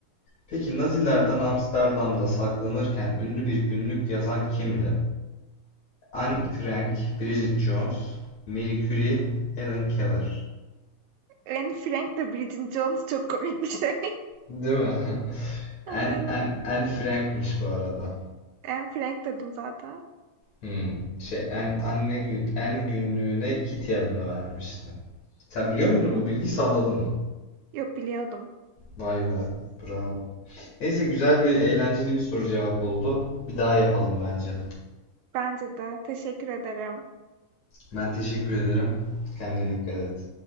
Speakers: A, on the left; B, on the right.
A: Peki Nazilerden Amsterdam'da saklanırken ünlü bir günlük yazan kimdi? Anne Frank, Bridget Jones, Marie Curie, Helen Keller.
B: Anne Frank de Bridget Jones çok komik bir şey.
A: Değil mi? <laughs>
B: <laughs>
A: Anne,
B: Aynen.
A: Anne, Anne Frank'miş bu arada.
B: Anne Frank dedim zaten.
A: Hmm. Şey, Anne, anne gün, Anne günlüğüne Kitty adını vermişti. Sen biliyor muydun
B: Hmm.
A: bu bilgiyi salladın mı?
B: Yok biliyordum.
A: Vay be. Bravo. Neyse güzel bir eğlenceli bir soru cevap oldu. Bir daha yapalım bence.
B: Bence de. Teşekkür ederim.
A: Ben teşekkür ederim. Kendine dikkat et.